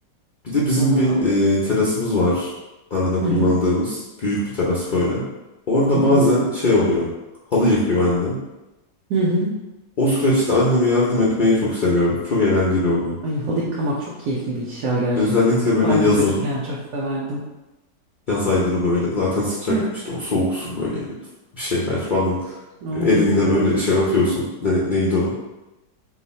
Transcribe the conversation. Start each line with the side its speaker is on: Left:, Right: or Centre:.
Left: Bir de bizim
Right: Aa,
Left: bir e, terasımız var. Arada kullandığımız
Right: hı hı,
Left: büyük bir teras böyle. Orada
Right: hı hı,
Left: bazen şey oluyor. Halı yıkıyor annem.
Right: hı hı.
Left: O süreçte anneme yardım etmeyi çok seviyorum. Çok eğlenceli oluyor.
Right: Ay halı yıkamak çok keyifli bir iş ya gerçekten.
Left: Özellikle böyle
Right: Ben
Left: yazın,
Right: de çocukken çok severdim.
Left: yaz ayları böyle zaten sıcak
Right: Evet.
Left: işte o soğuk su böyle bir şeyler falan.
Right: Oh
Left: Elinde
Right: mis gibi.
Left: böyle şey yapıyorsun. Ne, neydi o?